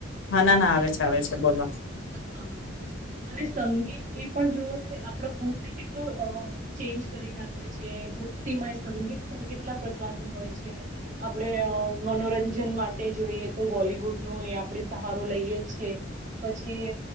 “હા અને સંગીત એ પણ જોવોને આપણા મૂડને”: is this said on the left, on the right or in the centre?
Right